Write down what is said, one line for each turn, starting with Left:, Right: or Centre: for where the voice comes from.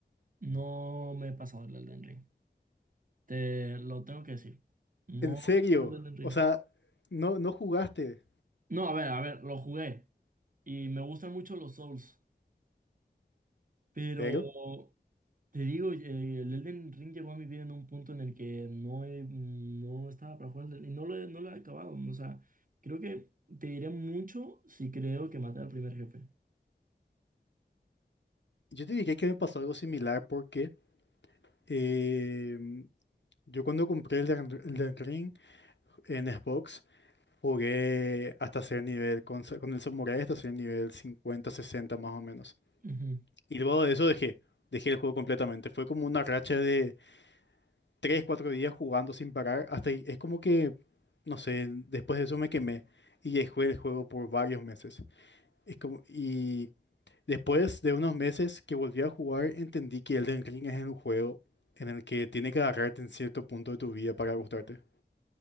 Right: No me he pasado el Elden Ring. Te lo tengo que decir. No
Left: En serio,
Right: me he pasado el Elden Ring.
Left: o sea, no, no jugaste,
Right: No, a ver, a ver, lo jugué. Y me gustan mucho los Souls. Pero.
Left: pero
Right: Te digo, eh, el Elden Ring llegó a mi vida en un punto en el que no, he- no estaba para jugar el y no lo he, no lo he acabado. O sea, creo que te diré mucho si creo que maté al primer jefe.
Left: yo te dije que me pasó algo similar porque em, yo cuando compré el Elden Ri- Elden Ring en Xbox jugué hasta ser nivel, con, sa- con el Samurai hasta ser nivel 50 60 más o menos.
Right: Ujú.
Left: Y luego de eso dejé, dejé el juego completamente. Fue como una racha de 3 4 días jugando sin parar, hasta y- es como que, no sé, después de eso me quemé y dejé el juego por varios meses. Es como, y... Después de unos meses que volví a jugar, entendí que Elden Ring es un juego en el que tiene que agarrarte en cierto punto de tu vida para gustarte.